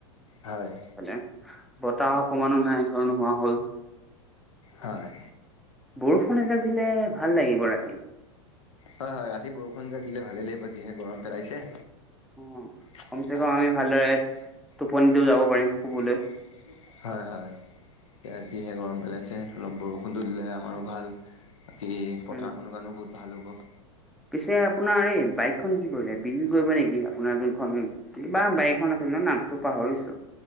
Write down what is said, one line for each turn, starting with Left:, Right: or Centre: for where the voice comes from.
Left: হয়
Centre: হলেং, বতাহ অকমানো নাই ধৰ নোহোৱা হ'ল।
Left: হয়।
Centre: বৰষুণ এজাক দিলে, ভাল লাগিব ৰাতি।
Left: হয়-হয়, ৰাতি বৰষুণ এজাক দিলে ভালেই লাগিব যিহে গৰম পেলাইছে।
Centre: অ
Left: সেই
Centre: কমচে
Left: টাক্সটো
Centre: কম আমি
Left: অফ
Centre: ভালদৰে
Left: কৰিব লাগিব তেতিয়াহে
Centre: টোপনিটো
Left: ভাল
Centre: যাব পাৰিম শুবলৈ
Left: হ'ব, এইটো চা, হয়-হয় হয়-হয়, ইয়াত যিহে গৰম পেলাইছে অলপ বৰষুণটো দিলে আমাৰো ভাল। বাকী পথাৰখনৰ
Centre: উম
Left: কাৰণেও বহুত ভাল হ'ব।
Centre: পিছে আপোনাৰ এই বাইকখন কি কৰিলে? বিক্ৰী কৰিব নেকি আপোনাৰ যোনখন কিবা বাইকখন আছ খনৰ নামটো পাহৰিছো।